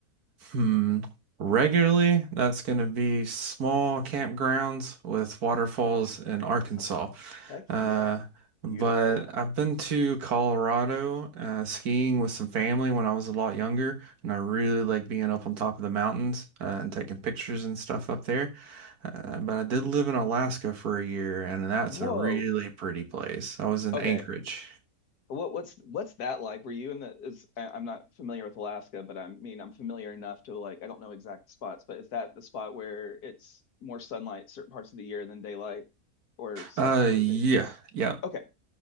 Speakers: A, on the right (about 70°); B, on the left (about 75°).
A: Hmm. Regularly, that's going to be small campgrounds with waterfalls in Arkansas.
B: Oh, heck
A: Uh,
B: yeah.
A: but
B: Beautiful.
A: I've been to Colorado uh, skiing with some family when I was a lot younger, and I really like being up on top of the mountains uh, and taking pictures and stuff up there. Uh, but I did live in Alaska for a year, and that's
B: Whoa.
A: a really pretty place. I was in
B: Okay,
A: Anchorage.
B: What what's what's that like? Were you in the is I- I'm not familiar with Alaska, but I mean I'm familiar enough to like I don't know exact spots, but is that the spot where it's more sunlight certain parts of the year than daylight or some
A: Uh,
B: or
A: yeah,
B: they
A: yeah.
B: Okay,